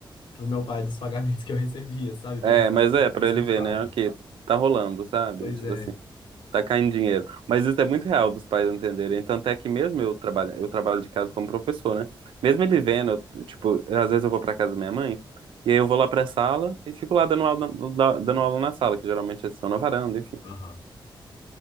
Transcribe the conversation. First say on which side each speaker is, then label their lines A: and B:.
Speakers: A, on the left; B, on the right.
A: pro meu pai dos <laughs> pagamentos que eu recebia, sabe? Pra
B: É,
A: ele
B: mas é,
A: que
B: pra
A: tava sendo
B: ele ver,
A: pago.
B: né? Ok, tá rolando, sabe?
A: Pois
B: Tipo
A: é.
B: assim, tá caindo dinheiro. Mas isso é muito real dos pais entenderem. Tanto é que mesmo eu trabalho, eu trabalho de casa como professor, né? Mesmo ele vendo, eu, tipo, às vezes eu vou pra casa da minha mãe, e aí eu vou lá pra sala e fico lá dando aula, na- da- dando aula na sala, que geralmente eles estão na varanda, enfim.
A: Aham.